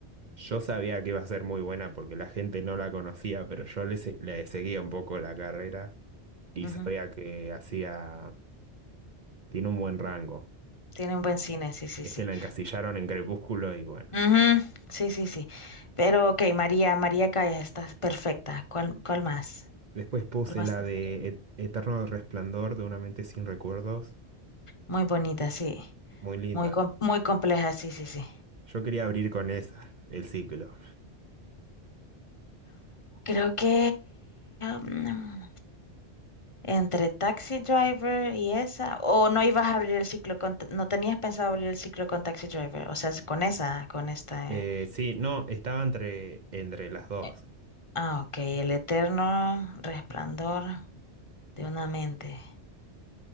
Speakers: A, on the right; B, on the left.
A: Yo sabía que iba a ser muy buena porque la gente no la conocía, pero yo le, se- le seguía un poco la carrera y
B: <laughs> Ujú,
A: sabía que hacía... Tiene un buen rango.
B: Tiene un buen cine, sí, sí,
A: Es
B: sí.
A: que la encasillaron en Crepúsculo y bueno.
B: Ujú, Sí, sí, sí. Pero ok, María, María Callas, estás perfecta. ¿Cuál, cuál más?
A: Después puse
B: ¿Cuál más
A: la
B: te
A: de
B: gustaría?
A: E- Eterno Resplandor de una mente sin recuerdos.
B: Muy bonita, sí.
A: Muy linda.
B: Muy, com- muy compleja, sí, sí, sí.
A: Yo quería abrir con esa, el ciclo.
B: Creo que mm, entre Taxi Driver y esa, o no ibas a abrir el ciclo con, no tenías pensado abrir el ciclo con Taxi Driver, o sea, es con esa, con esta.
A: Eh,
B: eh.
A: sí, no, estaba entre, entre las dos.
B: Eh, Ah, ok, el eterno resplandor de una mente.